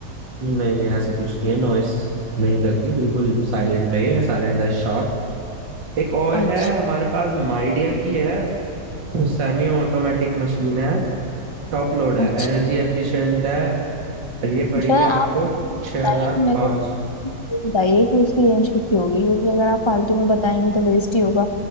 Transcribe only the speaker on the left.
अच्छा
अच्छा
सर
आप बताइए
मेरे को
बताइए कि उसकी रेंज कितनी होगी क्योंकि अगर आप फालतू में बताएंगे तो वेस्ट ही होगा